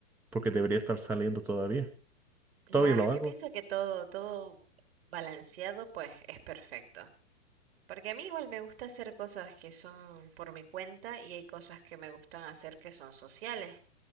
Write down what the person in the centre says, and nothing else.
porque debería estar saliendo todavía. Todavía
lo
hago.